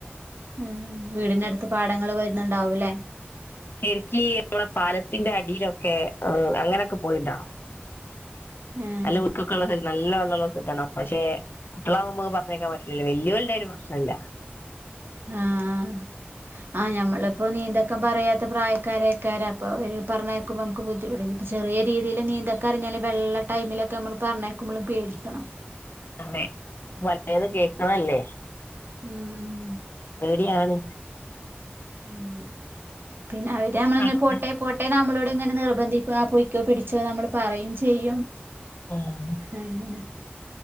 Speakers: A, on the right; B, on the left.
A: ഉം വീടിന്നട്ത്ത് പാടങ്ങള് വരുന്ന്ണ്ടാവുല്ലേ
B: ശെരിക്കീ മ്മളെ പാലത്തിന്റെ അടീലൊക്കെ ആഹ് അങ്ങനെക്കെ പോയിട്ടാണോ
A: ആഹ്
B: നല്ല ഒയ്ക്കൊക്കെള്ളസെൽ നല്ലവെള്ളള്ള സെറ്റാണോ പശേ കുട്ടിളാവുമ്പോ പറഞ്ഞേയ്ക്കാൻ പറ്റില്ലല്ലോ വെല്ല്യോല്ണ്ടേഒര്പ്രശ്നല്ല
A: ആഹ് ആഹ് ഞമ്മളിപ്പോനീന്ത ക്കം പറയാത്തപ്രായക്കാരേയ്ക്കാരം അപ്പോ ഓര് പറഞ്ഞയക്കുമ്പോഅമ്മക്ക് ബുദ്ധിമുട്ട ഞ് ചെറിയരീതിയിലും നീന്തൽ കരഞ്ഞാല് വെള്ള ടൈമിലൊക്കെ അമ്മള്പർഞ്ഞയ്ക്കുമ്പള് പേടിക്കണം
B: ഒന്നയ് പലേതുംകേക്ക്ണല്ലേ
A: ഉം ഉം
B: എവിടിയാണ്
A: ഉം പിന്നെ അവര്
B: കുട്ടികളൊക്കെ
A: നമ്മള്ങ്ങ
B: കളിക്കുക
A: പോട്ടേപോ ഏനമ്മളോട്ങ്ങനെ നിർബന്ധിപ്യാ പൊയ്ക്കോപിടിച്ചോ നമ്മള്പറയുംചെയ്യും
B: ഉം
A: അയ്ന്നേണ്